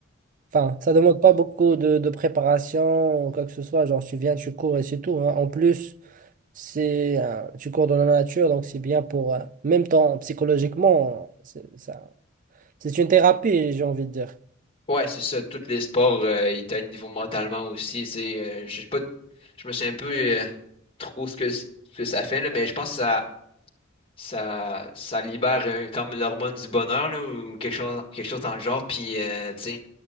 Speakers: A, on the right; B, on the left.
A: enfin, ça demande pas beaucoup de, de préparation ou quoi que ce soit, genre tu viens, tu cours et c'est tout, hein. En plus, C'est, euh, tu cours dans la nature, donc c'est bien pour, euh, même temps psychologiquement, c'est ça, c'est une thérapie, j'ai envie de dire.
B: ouais c'est ça tous les sports euh, ils t'aident niveau mentalement aussi tu sais euh, je sais pas je me suis un peu euh, trop ce que ce que ça fait là, mais je pense que ça ça, ça libère euh, comme l'hormone du bonheur là, ou quelque chose, quelque chose dans le genre. Puis, euh, tu sais,